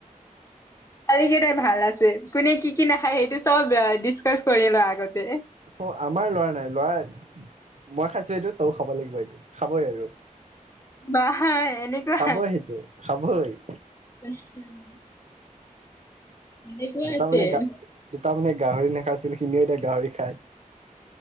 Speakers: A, on the left; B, on the right.
A: ছোৱালী কেইটাই ভাল আছে, কোনে কি কি নাখায় সেইটো চব ডিচকাচ কৰি লয় আগতে।
B: অ, আমাৰ লৰা নাই, লৰা মই খাইছোঁ এইটো তও খাব লাগিব এইটো, খাবই আৰু।
A: বা এনেকুৱা
B: খাবই সেইটো খাবই।
A: <unintelligible> এনেকুৱা
B: দুটামানে
A: আছে
B: গা দুটামানে গাহৰি নাখাইছিল, সিও এতিয়া গাহৰি খায়।